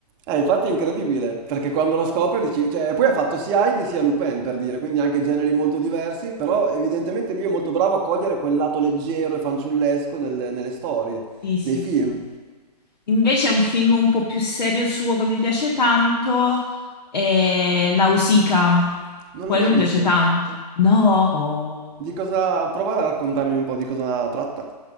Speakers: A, on the right; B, on the left.
A: Eh, infatti è incredibile, perché quando lo scopre dici, cioè, poi ha fatto sia Heidi sia Lupin per dire, quindi anche generi molto diversi, però evidentemente lui è molto bravo a cogliere quel lato leggero e fanciullesco del- nelle storie,
B: Sì, sì,
A: nei film.
B: sì. Invece un film un po' più serio suo che mi piace tanto è Nausicaa.
A: Non
B: Quello
A: l'ho mai
B: mi
A: visto.
B: piace tanto. No, oh.
A: Di cosa... Prova a raccontarmi un po' di cosa tratta.